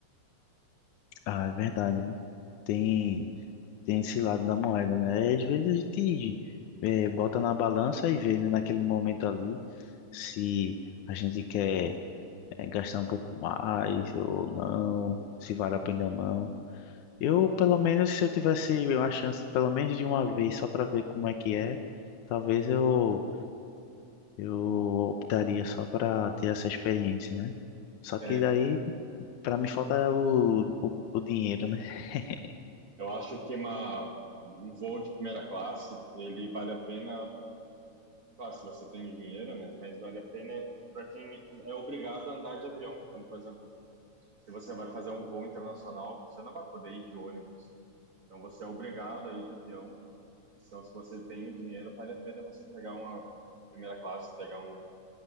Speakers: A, on the left (about 85°); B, on the right (about 30°).
A: Ah, é verdade, né? Tem, tem esse lado da moeda, né? Às vezes a gente eh, bota na balança e vê, né, naquele momento ali. se a gente quer eh, gastar um pouco mais ou não, se vale a pena ou não. Eu, pelo menos, se eu tivesse uma chance, pelo menos de uma vez, só para ver como é que é, talvez eu, eu optaria só para ter essa experiência, né? Só
B: É,
A: que daí, para mim, falta o, o, o dinheiro, né? <laughs>
B: eu acho que uma, um voo de primeira classe, ele vale a pena, claro, se você tem dinheiro, né? Mas vale a pena para quem é obrigado a andar de avião. Então, por exemplo, se você vai fazer um voo internacional, você não vai poder ir de ônibus. Então você é obrigado a ir de avião. Então, se você tem o dinheiro, vale a pena você pegar uma primeira classe, pegar um,